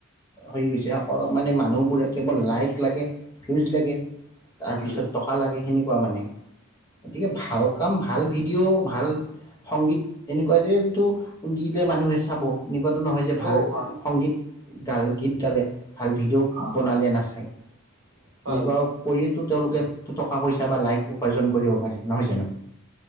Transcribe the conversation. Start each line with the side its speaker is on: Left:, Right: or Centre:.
Left: হৈ গৈছে সকলো মানে মানুহবোৰে কেৱল লাইক লাগে ভিউজ লাগে। তাৰ
Right: উম
Left: পিছত টকা লাগে সেনে পোৱা মানে গতিকে ভাল কাম ভাল ভাল ভিডিঅ' ভাল সংগীত এনেকুৱাতে টো দিলে মানুহে চাব এনেকুৱাতো নহয় যে ভাল
Right: অ হয়
Left: সংগীত গাল গীত গালে ভাল ভিডিঅ'
Right: অ
Left: বনালে নাচায়
Right: হয়
Left: এনেকুৱা কৰি তেওঁলোকে টকা পইচা বা লাইক উপাৰ্জন কৰিব পাৰে নহয় জানো।